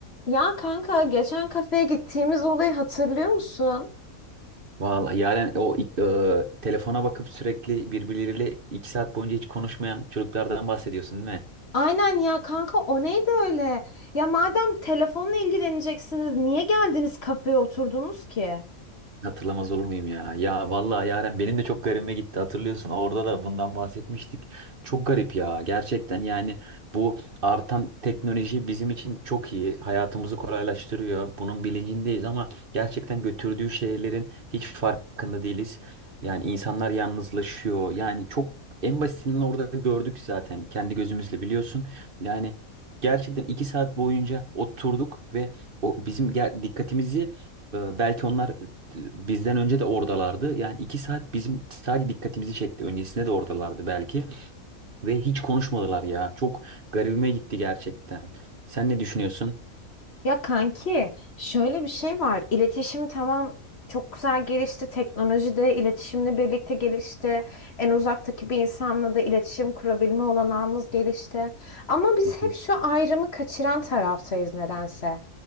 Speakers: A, on the left; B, on the right.
A: Ya kanka geçen kafeye gittiğimiz olayı hatırlıyor musun?
B: Vallahi yani o e, telefona bakıp sürekli birbirleriyle iki saat boyunca hiç konuşmayan çocuklardan bahsediyorsun değil mi?
A: Aynen ya kanka o neydi öyle? Ya madem telefonla ilgileneceksiniz niye geldiniz kafeye oturdunuz ki?
B: Hatırlamaz olur muyum ya? Ya vallahi Yaren benim de çok garibime gitti hatırlıyorsun. Orada da bundan bahsetmiştik. Çok garip ya. Gerçekten yani bu artan teknoloji bizim için çok iyi. Hayatımızı kolaylaştırıyor. Bunun bilincindeyiz ama gerçekten götürdüğü şeylerin hiç farkında değiliz. Yani insanlar yalnızlaşıyor. Yani çok en basitinden orada gördük zaten kendi gözümüzle biliyorsun. Yani gerçekten iki saat boyunca oturduk ve o bizim ger- dikkatimizi ee, belki onlar bizden önce de oradalardı. Yani iki saat bizim sadece dikkatimizi çekti. Öncesinde de oradalardı belki. Ve hiç konuşmadılar ya. Çok garibime gitti gerçekten. Sen ne düşünüyorsun?
A: Ya kanki şöyle bir şey var. İletişim tamam çok güzel gelişti. Teknoloji de iletişimle birlikte gelişti. En uzaktaki bir insanla da iletişim kurabilme olanağımız gelişti. Ama biz
B: Kesin.
A: hep şu ayrımı kaçıran taraftayız nedense.